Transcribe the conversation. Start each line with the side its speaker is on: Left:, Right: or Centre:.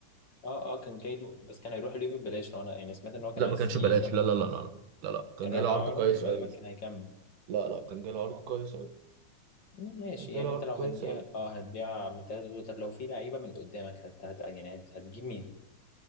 Left: اه اه كان جاي له بس كان هيروح ليفل ببلاش لو انا يعني سمعت ان هو كان
Right: لا
Left: عايز
Right: ما كانش
Left: يروح
Right: بلاش لا لا لا لا لا لا لا كان
Left: كان
Right: جاله
Left: رايح اعاره
Right: عرض كويس
Left: وغالبا
Right: قوي
Left: كان هيكمل
Right: لا لا كان جاله عرض كويس قوي
Left: لا، ماشي
Right: كان جاله
Left: يعني
Right: عرض
Left: انت لو
Right: كويس
Left: هتبيع
Right: قوي
Left: اه هتبيع من ثلاثة دول طب لو في لعيبة من قدامك هت... هت... يعني هت... هتجيب مين؟